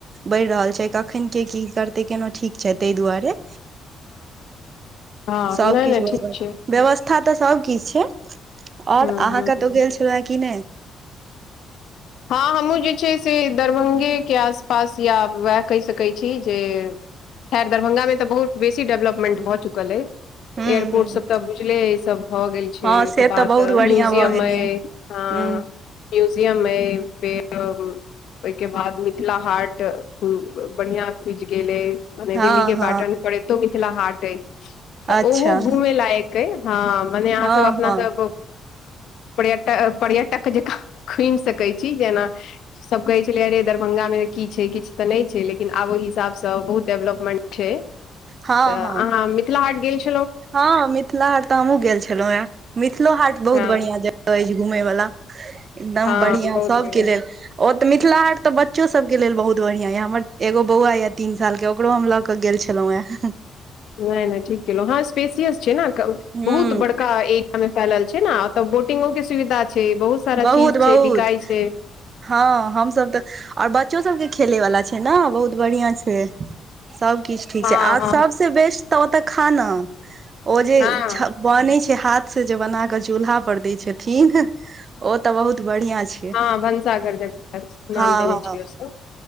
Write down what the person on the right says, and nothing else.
बढ़ि रहल छै क खनख ‌के‌की करतै केना ठीक छै ताहि दुरे
सबकिछु
ब
व्यवस्था तऽ सबकिछु छै ओर
अहाँ कतो
गेल छलहु हे की नहि
हूं
हूं
हँ
से
तऽ बहुत बढ़िआं
भऽ गेल
ये
हूं
हँ
हँ
अच्छा
हँ
हँ
हँ
हँ
हँ मिथिला हाट तऽ हमहूँ गेल छलहुँ हेँ मिथिलो हाट बहुत
बढ़ियां जगह अछि घुमय वला एकदम
बढ़िया
सबके
लेल ओते मिथिला हाट तऽ बच्चो सब के लेल बहुत बढ़िया या हमर एगो बौआ ये तीन साल के ओकरो हम लग के गेल छलहुँ हेँ
हूँ
बहुत
बहुत
हँ हमस तऽ और बच्चो सबके खेलय वाला छै ने बहुत बढ़िया छै सब किछु ठीक
छै आ
सब से बेस्ट तऽ ओ तऽ खाना ओ जे
बनै छै हाथ से जे बना के चूल्हा पर देय छथिन ओ ते बहुत बढ़िया छै
हँ
हँ